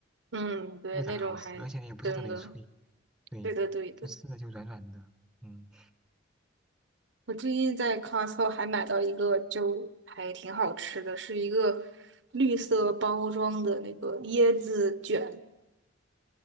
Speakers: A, on the right; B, in the centre.
A: 嗯，对，
B: 不咋好吃，
A: 那种还真的，
B: 而且也不是特别脆，对，
A: 对的对的。
B: 就吃的就软软的。嗯，
A: 我最近在 Costco 还买到一个，就还挺好吃的，是一个绿色包装的那个椰子卷，